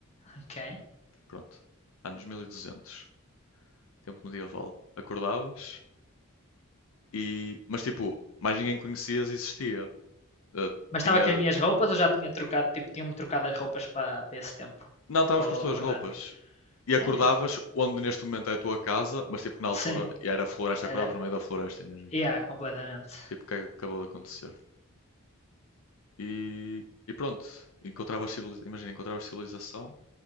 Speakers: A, on the left (about 30°); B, on the left (about 70°).
A: Ok.
B: Pronto. Anos mil e duzentos tempo medieval. Acordavas, E, mas tipo, mais ninguém conhecias e existia. Eh,
A: Mas estava
B: tinha.
A: com as minhas roupas ou já tinha trocado? Tipo, tinha-me trocado as roupas para para esse tempo.
B: Não estavas
A: Tipo, ao
B: com as tuas
A: acordar.
B: roupas. E acordavas
A: Sério?
B: onde neste momento é a tua casa, mas tipo na altura
A: Sim.
B: e era floresta,
A: Era.
B: acordavas no meio da floresta, imagina.
A: Yeah, completamente.
B: Tipo, o que é que acabou de acontecer? E, e pronto, encontravas civili- imagina, encontravas civilização,